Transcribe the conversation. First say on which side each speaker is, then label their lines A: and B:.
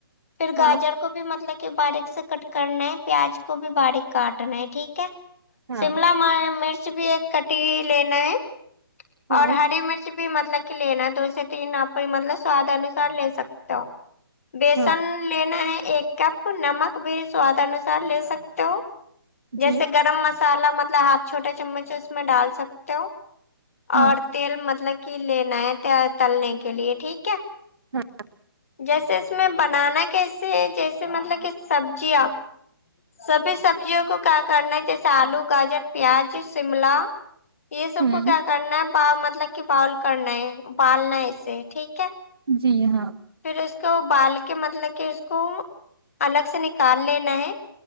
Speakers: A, on the left (about 35°); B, on the right (about 85°).
A: پھر
B: ہاں
A: گاجر کو بھی مطلب کہ باریک سے کٹ کرنا ہے پیاز کو بھی باریک کاٹنا ہے ٹھیک ہے
B: ہاں
A: شملہ مرچ بھی ایک کٹیی ہوی لینا ہے
B: ہاں
A: اور
B: ہاں
A: ہری مرچ بھی مطلب کہ لینا دو سے تین آپ مطلب سواد انوسار لے سکتے ہو بیسن
B: ہاں
A: لینا ہے ایک کپ نمک بھی سواد انوسار لے سکتے ہو جیسے
B: جی
A: گرم مسالا مطلب ہاف چھوٹا چمچ اس میں ڈال سکتے ہو
B: ہاں
A: اور تیل مطلب کہ لینا ہے تے تلنے کے لیے ٹھیک ہے
B: ہاں
A: جیسے اس میں بنانا کیسے ہے جیسے مطلب کہ سبزیاں سبھی سب سبزیوں کو کیا کرنا ہے جیسے آلو گاجر پیاز شملہ یہ سب
B: ہوں
A: کو کیا کرنا ہے ب مطلب کہ باول کرنا ہے اوبالنا ہے اسے ٹھیک ہے
B: جی ہاں
A: پھر اس کو اوبال کے مطلب کہ اس کو الگ سے نکال لینا ہے